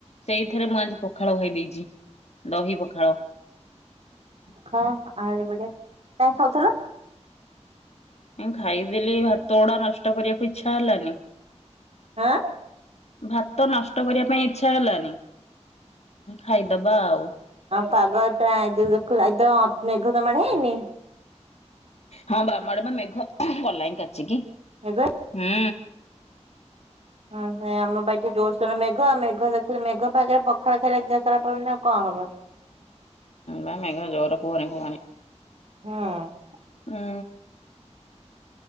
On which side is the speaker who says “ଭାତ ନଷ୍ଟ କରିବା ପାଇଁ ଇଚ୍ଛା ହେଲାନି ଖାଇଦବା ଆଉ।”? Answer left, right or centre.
Left